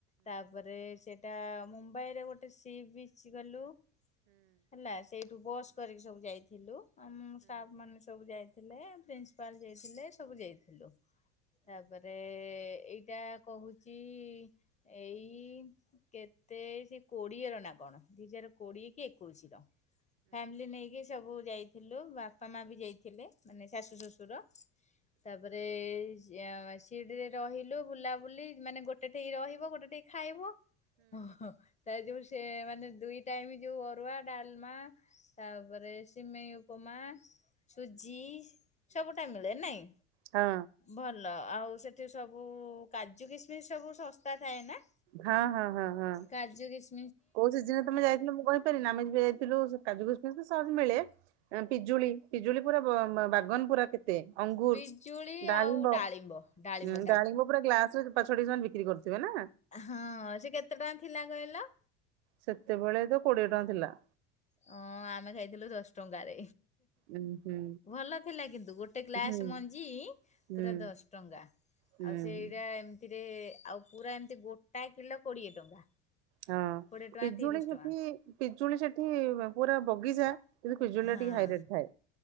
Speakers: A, on the left; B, on the right.
A: ତାପରେ ସେ ଟା ମୁମ୍ବାଇରେ ଗୋଟେ ସି ବିଚ୍ ଗଲୁ, ହେଲା ସେଇଠୁ ବସ୍ କରି। ସବୁ ଯାଇଥିଲୁ, ଆମ ଷ୍ଟାଫ୍ ମାନେ ସବୁ ଯାଇଥିଲେ। ପ୍ରିନ୍ସିପାଲ ଯାଇଥିଲେ ସବୁ ଯାଇଥିଲୁ ତାପରେ ଏଇଟା କହୁଚି ଏଇ କେତେ ସେ କୋଡିଏର ନା କଣ ଦିଇ ହଜାର କୋଡିଏ କି ଏକୋଇଶି ର। ଫ୍ୟାମିଲି ନେଇକି ସବୁ ଯାଇଥିଲୁ ବାପା ମା ବି ଯାଇଥିଲେ ମାନେ ଶାଶୁ ଶଶୁର। ତାପରେ ସିରିଡିରେ ରହିଲୁ ବୁଲାବୁଲି ମାନେ ଗୋଟେ ଠିକ ରହିବ ଗୋଟେ ଠିକ ଖାଇବ। ଓ ହୋ ତା ଯୋଉ ସେ ମାନେ ଦୁଇ ଟାଇମ ଯୋଉ ଅରୁଆ ଡାଲମା ତାପରେ ସିମେଇଉପମା ସୁଜି ସବୁଟା ମିଳେ ନାଇଁ।
B: ହଁ
A: ଭଲ ଆଉ ସେଠି ସବୁ କାଜୁ କିସମିସ୍ ସବୁ ଶସ୍ତା ଥାଏ ନା।
B: ହଁ ହଁ ହଁ ହଁ।
A: କାଜୁ କିଶମିଶ୍
B: କୋଉ ସିଯିନିରେ ତମେ ଯାଇଥିଲ ମୁଁ କହିପାରିନି ଆମେ ବି ଯାଇଥିଲୁ କାଜୁୁ କିସ୍ ମିସ୍ ସହଜ ମିଳେ ପିଜୁଳି ପିଜୁଳି ପୁରା ବାଗନ ପୁରା କେ ଅଙ୍ଗୁର
A: ପିଜୁଳି
B: ଡାଳିମ୍ବ
A: ଆଉ ଡାଳିମ୍ବ
B: ଉ ଡାଳିମ୍ବ ପୁରା ଗ୍ଲାସ ଚୂପା ଛଡେଇ ସେମାନେ ବିକି ବିକିରି କରୁଥିବେ ନା।
A: ହଁ ସେ କେତେ ଟଙ୍କା ଥିଲା କହିଲ?
B: ସେତେବେଳେ ତ କୋଡିଏ ଟଙ୍କା ଥିଲା।
A: ହଁ ଆମେ ଖାଇଥିଲୁ ଦଶ ଟଙ୍କାରେ।
B: ଉଁ ହୁଁ
A: ଭଲ ଥିଲା କିନ୍ତୁ ଗୋଟେ ଗ୍ଲାସ
B: ହୁଁ
A: ମଞ୍ଜି
B: ହୁଁ
A: ପୁରା ଦଶ ଟଙ୍କା। ଆଉ
B: ହୁଁ।
A: ସେଇଟା ଏମିତିରେ ଆଉ ପୁରା ଏମିତି ଗୋଟା କିଲୋ କୋଡିଏ ଟଙ୍କା।
B: ହଁ
A: କୋଡ଼ିଏ ଟଙ୍କା
B: ପିଜୁଳି
A: ତିରିଶ
B: ସେଠି
A: ଟଙ୍କା
B: ପିଜୁଳି ସେଠି ପୁରା ବଗିଚା କିନ୍ତୁ ପିଜୁଳି
A: ହଁ
B: ଟା ଟିକେ ହାଇ ରେଟ୍ ଥାଏ